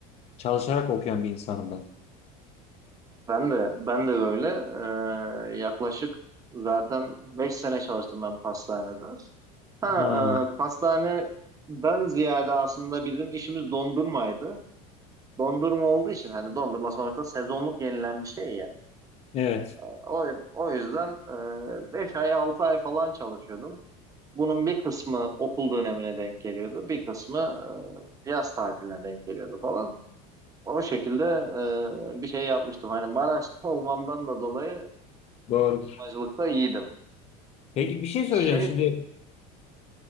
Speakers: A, on the left; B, on the right.
A: çalışarak okuyan bir insanım ben.
B: Ben de ben de böyle Ee, yaklaşık zaten 5 sene çalıştım ben pastanede. Ha,
A: Ha,
B: e, pastane ben ziyade aslında bizim işimiz dondurmaydı. Dondurma olduğu için hani dondurma sonuçta sezonluk yenilen bir şey yani.
A: evet,
B: E, O, o yüzden e, 5 ay 6 ay falan çalışıyordum. Bunun bir kısmı okul dönemine denk geliyordu. Bir kısmı e, yaz tatiline denk geliyordu falan. O şekilde e, bir şey yapmıştım. Hani Maraş'ta olmamdan da dolayı
A: doğrudur.
B: acılıkta iyiydim.
A: Peki bir şey söyleyeceğim
B: Şey,
A: şimdi.